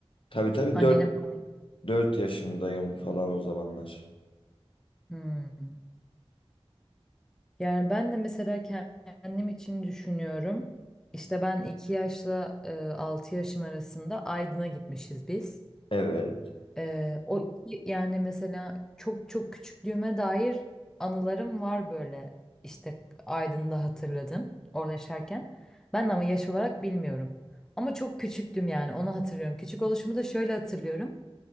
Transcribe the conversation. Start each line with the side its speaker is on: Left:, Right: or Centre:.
Left: Tabii tabii
Centre: Annene
Left: dört
Centre: falan.
Left: dört yaşımdayım falan o zamanlar.
Centre: Hmm. Yani ben de mesela kendim için düşünüyorum. İşte ben 2 yaşla e, 6 yaşım arasında Aydın'a gitmişiz biz.
Left: Evet.
Centre: E, o iki- yani mesela çok çok küçüklüğüme dair anılarım var böyle. İşte Aydın'da hatırladım orada yaşarken. Ben de ama yaş olarak bilmiyorum. Ama çok küçüktüm yani onu hatırlıyorum. Küçük oluşumu da şöyle hatırlıyorum.